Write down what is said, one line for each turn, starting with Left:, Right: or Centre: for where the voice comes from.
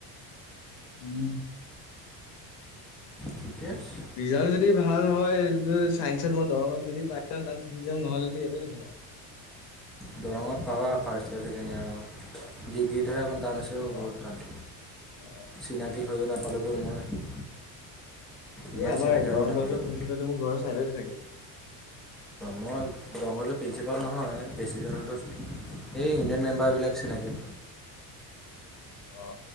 Left: উম
Centre: ঠিকে আছে।
Left: ৰিজাল্ট যদি ভাল হয় চাইন্সত মই দৰঙত যদি পাই যাও তাত গুছি যাম, নহ'লেতো ইয়াতে থাকিম আও
Centre: দৰঙত পাবা ফাৰ্ষ্ট ইয়েৰ ছেকেণ্ড ইয়েৰ আৰু ডিগ্ৰীটোহে অকণমান টান হৈ- ও বহুত
Left: অ
Centre: টান,
Left: অ
Centre: চিনাকি হৈ নাপালোগৈও
Left: সেইটোয়ে
Centre: মই। ইমান
Left: এই আমাৰ
Centre: চিনাকি
Left: দৰং
Centre: হৈও নাপালোঁগৈ
Left: কলেজৰ প্ৰিন্ঞ্চিপালটো মোৰ ঘৰৰ ছাইডতে থাকে।
Centre: মই দৰংগজৰ প্ৰিন্সিপাল নহয় প্ৰেছিডেণ্টহঁতৰ- এই ইউনিয়ন মেম্বাৰ বিলাক চিনাকি।
Left: অ